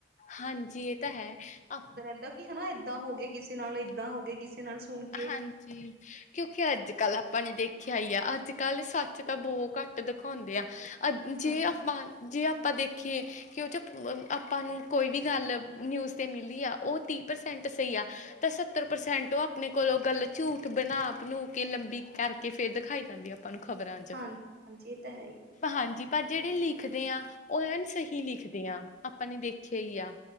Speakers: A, on the left; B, on the right.
A: ਹਾਂਜੀ ਇਹ ਤਾਂ ਹੈ ਆ।
B: ਰਹਿੰਦਾ ਕਿ ਹਨਾ ਏਦਾਂ ਹੋ ਗਏ ਕਿਸੇ ਨਾਲ ਏਦਾਂ ਹੋ ਗਏ ਕਿਸੇ ਨਾਲ ਸੁਣ। ਕੇ
A: ਹਾਂਜੀ ਕਿਉਂਕਿ ਅੱਜ ਕੱਲ ਆਪਾਂ ਨੇ ਦੇਖਿਆ ਹੀ ਆ ਅੱਜ ਕੱਲ ਸੱਚ ਤਾਂ ਬਹੁ ਘੱਟ ਦਿਖਾਉਂਦੇ ਆ ਅ ਜੇ
B: ਹਾਂਜੀ
A: ਆਪਾਂ ਜੇ ਆਪਾਂ ਦੇਖੀਏ ਕਿ ਉਹ ਜੋ ਆਪਾਂ ਨੂੰ ਕੋਈ ਵੀ ਗੱਲ ਨਿਊਜ਼ 'ਤੇ ਮਿਲੀ ਆ ਉਹ ਤੀਹ ਪ੍ਰਸੈਂਟ ਸਹੀ ਆ। ਤਾਂ ਸੱਤਰ ਪ੍ਰਸੈਂਟ ਉਹ ਆ ਆਪਣੇ ਕੋਲੋਂ ਗੱਲ ਝੂਠ ਬਣਾ ਬਣੂ ਕੇ ਲੰਬੀ ਕਰਕੇ ਫਿਰ ਦਿਖਾਈ ਜਾਂਦੀ ਆ ਆਪ ਆਪਾਂ ਨੂੰ ਖਬਰਾਂ ਚ
B: ਹਾਂਜੀ ਹਾਂਜੀ ਇਹ ਤਾਂ ਹੈ ਹੀ
A: ਹਾਂਜੀ ਪਰ ਜਿਹੜੇ ਲਿਖਦੇ ਆ ਉਹ ਐਨ ਸਹੀ ਲਿਖਦੇ ਆ ਆਪਾਂ ਨੇ ਦੇਖਿਆ ਹੀ ਆ